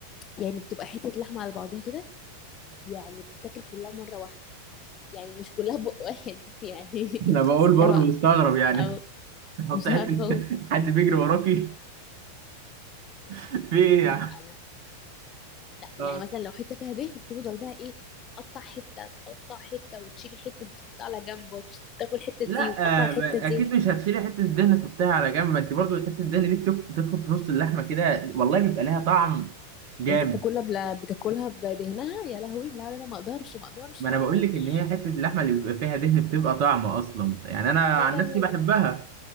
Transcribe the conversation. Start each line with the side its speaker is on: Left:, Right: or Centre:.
Left: يعني بتبقى حته لحمه على بعضها كده يعني بتتاكل كلها مره واحده يعني مش كلها بق واحد <laughs> يعني
Right: انا بقول برضو
Left: لا
Right: مستغرب يعني
Left: او
Right: <laughs> حط
Left: مش
Right: حته
Left: عارفه أوصف.
Right: حد بيجري وراكي <laughs> في ايه
Left: لا
Right: يعني
Left: لا لا
Right: اه
Left: يعني مثلا لو حته فيها دهن بتفضل بقى ايه تقطع حته تقطع حته وتشيل الحته دي تحطها على جنب وتاكل الحته دي
Right: لا
Left: وتقطع الحته
Right: آه، ب- اكيد
Left: دي
Right: مش هتشيلي حته الدهن تحطيها على جنب ما انت برضو حته الدهن دي بتك- بتدخل في نص اللحمه كده والله بيبقى لها طعم جامد
Left: يعني انت بتاكلها بلا بتاكلها بدهنها يا لهوي لا لا لا ما اقدرش ما اقدرش
Right: ما
Left: ما
Right: انا
Left: اقدرش
Right: بقول لك ان هي حته اللحمه اللي بيبقى فيها دهن بتبقى طعمه اصلا يعني انا
Left: لا
Right: عن
Left: لا
Right: نفسي
Left: لا
Right: بحبها
Left: لا